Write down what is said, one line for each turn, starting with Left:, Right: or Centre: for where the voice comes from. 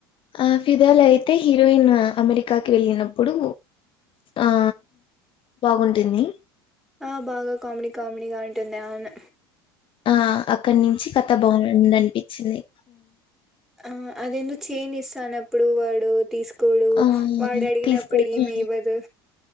Left: ఆ ఫిదాలు అయితే హీరోయిన్ అమెరికాకి వెళ్ళినప్పుడు ఆ బాగుంటుంది
Centre: ఆ బాగా కామెడీ కామెడీగా ఉంటుంది ఆవును
Left: ఆ అక్కడి నుంచి కథ బానే వుందనిపించ్చింది.
Centre: ఆ అదెందో చైన్ ఇస్తానప్పుడు వాడు తీసు కొడు
Left: ఆ
Centre: వాడు అడిగినప్పుడు
Left: తీసుకోవడం
Centre: ఈమె ఇవ్వదు